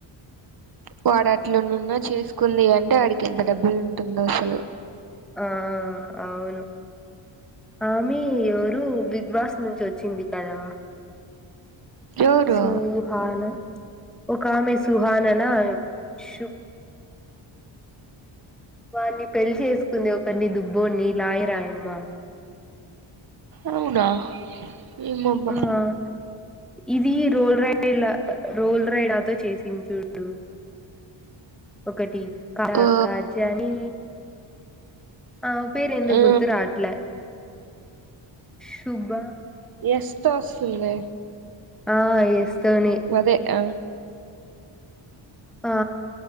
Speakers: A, on the right; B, in the centre.
A: వాడ అట్లు నున్నా చేసుకుంది అంటే వాడికి ఎంత డబ్బులు ఉంటుందో అసలు
B: ఆ అవును ఆమె ఎవరు బిగ్ బాస్ నుంచి వచ్చింది కదా
A: ఎవరు
B: సూహను ఒక ఆమె సుహాననషుబ్ వారిని పెళ్ళి చేసుకుంది ఒకరిని దుబ్బోని లాయర్ ఆయమ్మ
A: అవున ఏమో అబ్బా
B: ఆ ఇది రోల్ రైడ్ల రోల్ రైడ్తో చేసింది చూడు ఒకటి
A: ఆ
B: కాజ్యాని ఆ పేరు ఎందొ
A: ఆ
B: గుర్తు రాట్ల సుబ్బా
A: ఎస్ తో వస్తుంది
B: హా ఎస్ తోని
A: అదే ఆ
B: ఆ